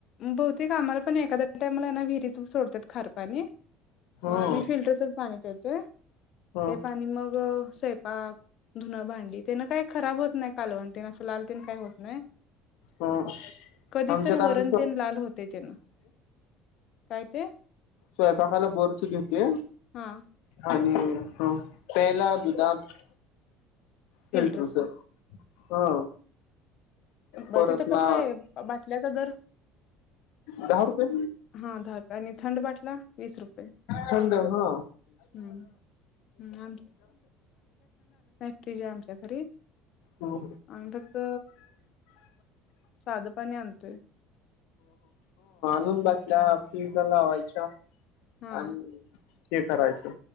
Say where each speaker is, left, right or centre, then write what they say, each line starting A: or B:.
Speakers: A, on the left; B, on the left.
A: बहुतेक आम्हाला पण एखा्या टाइमलाना विहिरीत सोडतात खारपाणी
B: हो
A: मग आम्ही फिल्टरच का
B: हो
A: ते पाणी मग स्वयंपाक धुनं भांडी तेन काय खराब होत नाही कालवणतीन असं लाल तन काही होत नाही
B: हो
A: कधी
B: आमच्यात
A: तर
B: आम्
A: वरण तेन लाल होते ते ना काय ते
B: स्वयंपाकाला बोरस घेते
A: हा
B: आणि ह पहिला गुदाात फिल्टरच
A: फिल्टरचा
B: हा परत
A: ब तिथं कसं
B: ना
A: आहे बाटल्याचा दर
B: दहा रुपये
A: हा दहा रुपये आणि थंड बाटला वीस रुपये
B: थंड हा
A: हम्म हम्म जे आमच्या घरी
B: हो
A: आणि त्यात साध पाणी आणतोय
B: दोन बातल्या फिजला लावायच्या
A: हा
B: आणि ते करायचं